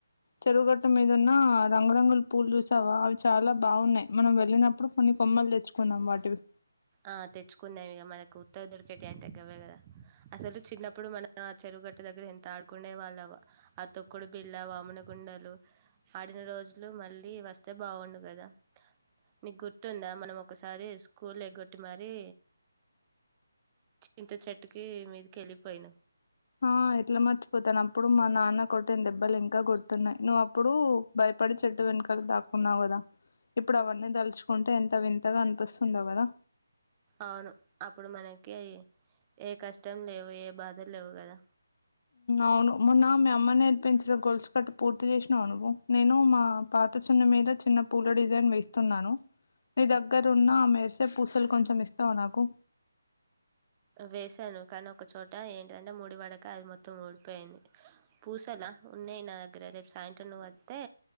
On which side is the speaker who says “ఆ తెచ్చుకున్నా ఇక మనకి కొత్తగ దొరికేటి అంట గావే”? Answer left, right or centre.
Right